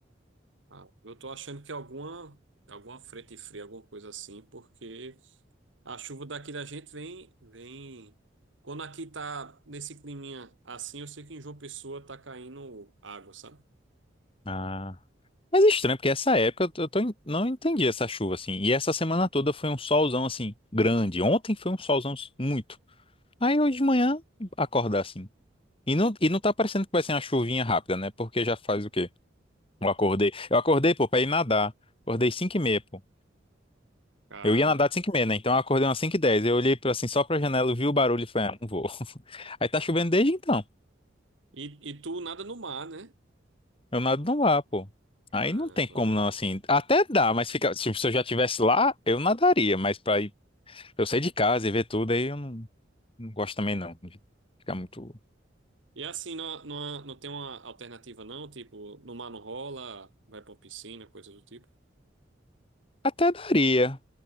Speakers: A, on the right; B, on the left.
A: Ah, eu tô achando que alguma, alguma frente fria, alguma coisa assim, porque a chuva daqui da gente vem, vem. Quando aqui tá nesse climinha assim, eu sei que em João Pessoa tá caindo água, sabe?
B: Ah. Mas é estranho, porque essa época eu tô... eu tô en- não entendi essa chuva, assim. E essa semana toda foi um solzão, assim, grande. Ontem foi um solzão, assim, muito. Aí hoje de manhã, acordar, assim. E não... e não tá parecendo que vai ser uma chuvinha rápida, né? Porque já faz o quê? Eu acordei. Eu acordei, pô, pra ir nadar. Acordei cinco e meia, pô.
A: Caramba.
B: Eu ia nadar de 5 e meia, né? Então eu acordei umas 5 e 10. Eu olhei pra, assim, só pra janela, eu vi o barulho e falei, ah, não vou. Aí tá chovendo desde então.
A: E, e tu nada no mar, né?
B: Eu nado não lá, pô.
A: Caramba.
B: Aí não tem como não, assim. Até dá, mas fica. Se se eu já estivesse lá, eu nadaria. Mas pra ir, eu sair de casa e ver tudo, aí eu não, não gosto também, não. de Ficar muito.
A: E é assim, não, não, não tem uma alternativa não? Tipo, no mar não rola, vai pra piscina, coisa do tipo.
B: Até daria.